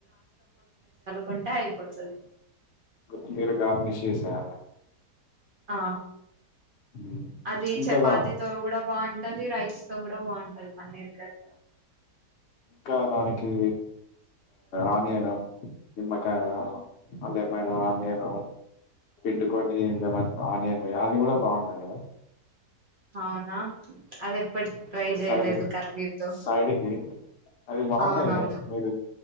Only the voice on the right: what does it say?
కొంటా అయిపోతుది
ఆ
అది
చపాతిీతోో
కూడా బాగుంట అది రైస్తో కూడా బగుంటది పన్నరుకారు
అవునా అది ఎప్పటి ట్రై చేయలేదు
కరవీతో
అవునవును